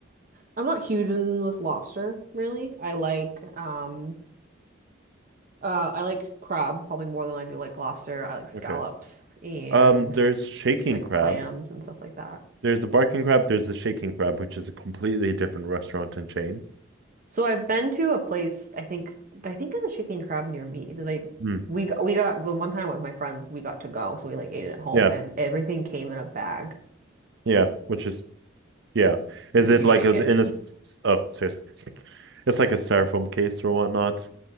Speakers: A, on the right (about 45°); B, on the right (about 60°).
A: I'm not huge in with lobster, really. I like um uh I like crab probably more than I do like lobster. I like scallops
B: Okay.
A: and
B: Um, there's Shaking
A: like
B: Crab.
A: clams and stuff like that.
B: There's the Barking Crab. There's the Shaking Crab, which is a completely different restaurant and chain.
A: So I've been to a place, I think I think there's a chicken and crab near me. They're Like
B: Mm.
A: we got, we got the one time with my friends, we got to go, so we like ate it at home
B: Yeah,
A: and everything came in a bag
B: yeah, which is Yeah. Is
A: and then
B: it
A: you
B: like
A: shake
B: a in
A: it.
B: a s- s- oh seriously. It's like a styrofoam case or whatnot.